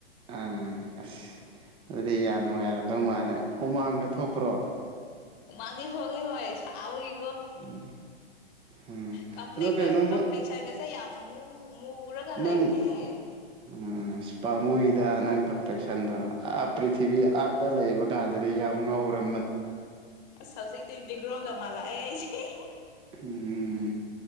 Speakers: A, on the right; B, on the left.
A: ꯑꯥ ꯑꯁ ꯑꯗꯨꯗꯤ ꯌꯥꯝ ꯅꯨꯡꯉꯥꯏꯔꯝꯗꯧ ꯃꯥꯜꯂꯦ ꯍꯨꯃꯥꯡꯒ ꯊꯣꯛꯄ꯭ꯔꯣ
B: ꯍꯨꯃꯥꯡꯗꯤ ꯊꯣꯛꯏ ꯍꯣꯏ ꯁꯥꯕꯒꯤ
A: ꯎꯝ ꯎꯝ
B: ꯀꯝꯄ꯭ꯂꯦꯛ
A: ꯑꯗꯣ ꯀꯩꯅꯣꯃ
B: ꯀꯝꯄ꯭ꯂꯦꯛꯁꯟꯒꯁꯦ ꯌꯥꯝ ꯃꯨ ꯃꯨꯔꯒ
A: ꯅꯪ
B: ꯂꯩꯕꯅꯦꯍꯦ
A: ꯑꯑ ꯑꯁ ꯄꯥꯃꯨꯏꯗ ꯅꯪ ꯀꯝꯄ꯭ꯂꯦꯛꯁꯟꯗꯣ ꯑꯥ ꯄ꯭ꯔꯤꯊꯤꯕꯤ ꯑꯥꯔꯠꯇ ꯂꯩꯕ ꯀꯥꯟꯗꯗꯤ ꯌꯥꯝ ꯉꯧꯔ
B: ꯑꯁ ꯍꯧꯖꯤꯛꯇꯤ ꯅꯦꯒ꯭ꯔꯣꯒ ꯃꯥꯜ ꯕ꯭ꯂ ꯑꯩ ꯑꯩ ꯁꯦ ꯍꯤ ꯍꯤ
A: ꯎꯝ